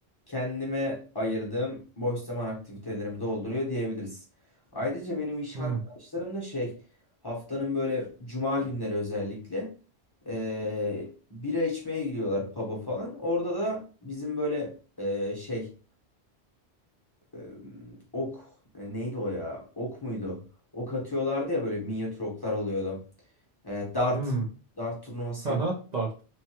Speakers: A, on the left; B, on the right.
A: kendime ayırdığım boş zaman aktivitelerimi dolduruyor diyebiliriz. Ayrıca benim iş
B: hı,
A: arkadaşlarım da şey haftanın böyle cuma günleri özellikle e, bira içmeye gidiyorlar pub'a falan. Orada da bizim böyle e, şey e, ok e, neydi o ya? Ok muydu? Ok atıyorlardı ya böyle minyatür oklar oluyordu. E, dart
B: hı.
A: dart turnuvası
B: Haha,
A: yap.
B: dart.